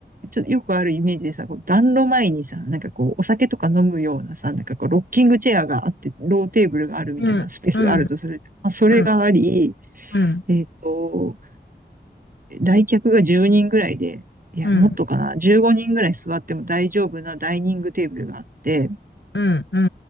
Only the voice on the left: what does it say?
うん、うん、
うん、うん、
うん、
うん、うん、